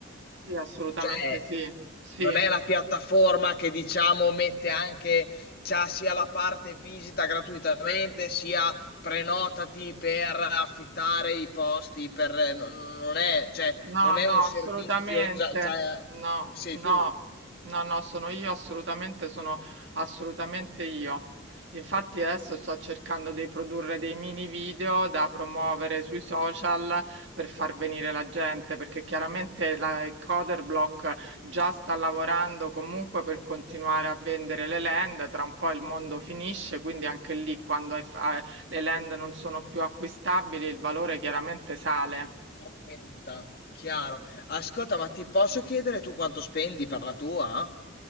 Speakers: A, on the right; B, on the left.
A: Sì, assolutamente
B: Cioè,
A: sì. Sì,
B: Non è la piattaforma che diciamo mette anche, c'ha sia la parte visita gratuitamente, sia prenotati per affittare i posti, per, non, non è, cioè,
A: No,
B: non
A: no,
B: è un servizio
A: assolutamente.
B: già, già
A: No,
B: sei
A: no,
B: tu,
A: no, no, sono io, assolutamente, sono assolutamente io. Infatti adesso sto cercando di produrre dei mini video da promuovere sui social per far venire la gente, perché chiaramente la, il Coderblock già sta lavorando comunque per continuare a vendere le land, tra un po' il mondo finisce, quindi anche lì quando hai fa- le land non sono più acquistabili il valore chiaramente sale.
B: aumenta, chiaro. Ascolta, ma ti posso chiedere tu quanto spendi per la tua?